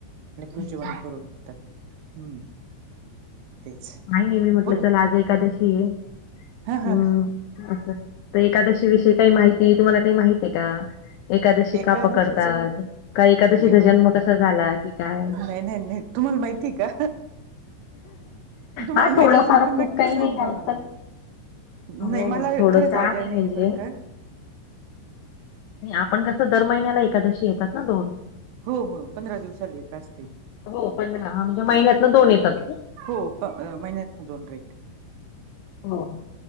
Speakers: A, on the right; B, on the left.
A: लेकरू
B: अच्छा
A: जेवन
B: अच्छा
A: करू आता हम्म. तेच
B: काय नाहीे मी म्हटलं
A: बोला
B: चला आज एकादशी आहे.
A: हा
B: हम्म
A: हा
B: असं तर एकादशी विषयी काही माहिती तुम्हाला काही माहिती आहे का? एकादशी
A: एकादशीच
B: का पकडतात? का एकादशीचा
A: नाही बाबा
B: जन्म कसा झाला की? काय
A: नाही नाही नाही तुम्हाला माहितीय का? तुम्हाला
B: हा
A: माहित
B: थोडाफार
A: असेल
B: खूप
A: नक्की
B: काही
A: सांगा
B: नाही का
A: मला.
B: पण
A: नाही
B: हो
A: मला
B: हो थोडस
A: खरंच आयडिया नाही
B: म्हणजे
A: आहे बरं का?
B: आपण कसं दर महिन्याला एकादशी येतात ना दोन?
A: होय होय पंधरा दिवसाला एक असते
B: हो पंधरा म्हणजे महिन्यातलं दोन येतात.
A: हो पण महिन्यात ना दोन <unintelligible> येते
B: हो